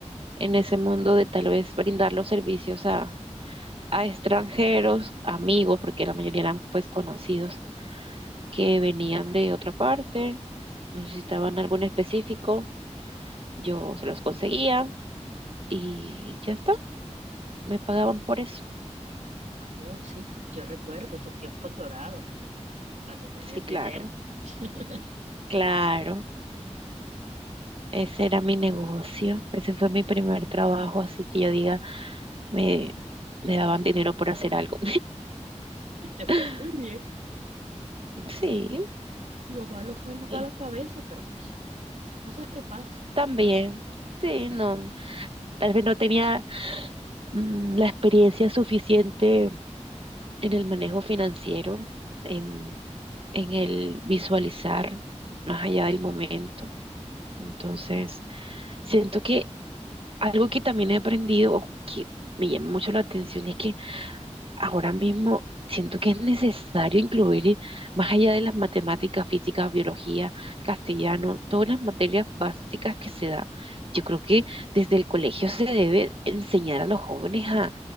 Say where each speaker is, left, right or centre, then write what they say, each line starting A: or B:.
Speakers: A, on the right; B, on the right.
A: en ese mundo de tal vez brindar los servicios a, a extranjeros, amigos, porque la mayoría eran pues conocidos que venían de otra parte, necesitaban algo en específico, yo se los conseguía y ya está, me pagaban por eso.
B: oh, sí, yo recuerdo tus tiempos dorados, cuando tenías
A: Sí, claro,
B: dinero <laughs>
A: claro. Ese era mi negocio. Ese fue mi primer trabajo, así que yo diga, me, me daban dinero por hacer algo.
B: y te fue
A: <laughs>
B: muy bien.
A: Sí,
B: Lo malo fue la mala
A: y
B: cabeza, pero pues, cosas que pasan,
A: también.
B: ¿no?
A: Sí, no, tal vez no tenía mm, la experiencia suficiente en el manejo financiero, en, en el visualizar más allá del momento. Entonces, siento que algo que también he aprendido, o que me llama mucho la atención, es que ahora mismo siento que es necesario incluir, eh, más allá de las matemáticas, física, biología, castellano, todas las materias básicas que se da. Yo creo que desde el colegio se debe enseñar a los jóvenes a